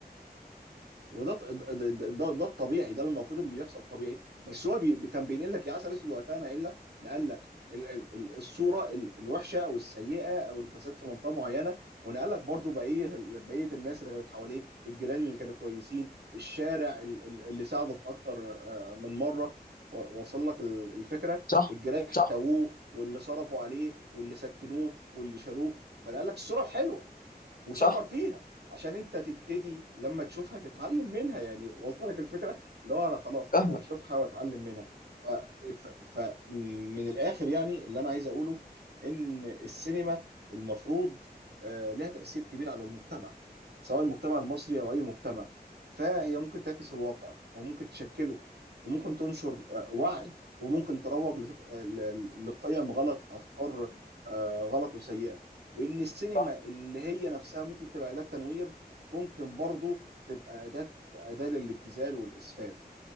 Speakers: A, on the right; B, on the left.
A: وده ط- ده, ده, ده الطبيعي ده المفروض اللي يحصل طبيعي بس هو بي كان بينقل لك يا عسل اسود وقتها ناقل لك نقل لك ال- ال- ال- الصوره ال- الوحشه او السيئه او الفساد في منطقه معينه ونقل لك برضو بقيه بقيه الناس اللي كانت حواليه الجيران اللي كانوا كويسين الشارع ال- ال- اللي ساعده في اكتر آه، من مره و- وصل لك ال- الفكره
B: صح
A: الجيران احتووه
B: صح
A: واللي صرفوا عليه واللي سكنوه واللي شالوه فنقل لك الصوره الحلوه وشكر
B: صح
A: فيها عشان انت تبتدي لما تشوفها تتعلم منها يعني وصلت لك الفكره اللي هو انا خلاص
B: فاهمك
A: انا هشوفها واتعلم منها ف... ف... ف من الاخر يعني اللي انا عايز اقوله ان السينما المفروض آه، لها تاثير كبير على المجتمع سواء المجتمع المصري او اي مجتمع فهي ممكن تعكس الواقع او ممكن تشكله وممكن تنشر آه، وعي وممكن تروج لفك... آه، ل- ل- لقيم غلط افكار آه، غلط وسيئه وان السينما
B: صح
A: اللي هي نفسها ممكن تبقى اداة تنوير ممكن برضو تبقى اداة اداة للابتذال والاسفاف